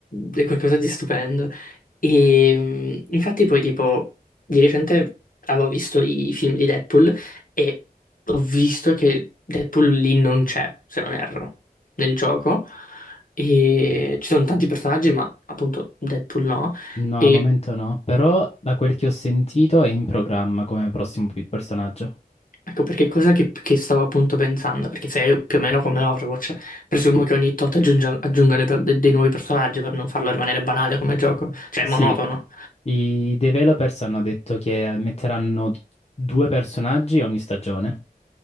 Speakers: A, on the left; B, on the left.
A: è qualcosa di stupendo. E mh, infatti poi tipo di recente avevo visto i film di Deadpool e ho visto che Deadpool lì non c'è, se non erro, nel gioco. E ci sono tanti personaggi, ma appunto Deadpool no.
B: No,
A: E
B: al momento no, però da quel che ho sentito è in programma come prossimo pi- personaggio.
A: ecco perché cosa che, che stavo appunto pensando, perché se è più o meno come Overwatch, presumo che ogni tot aggiunga- aggiungano per- de- dei nuovi personaggi per non farlo rimanere banale come gioco, cioè
B: Sì,
A: monotono.
B: i developers hanno detto che metteranno due personaggi ogni stagione.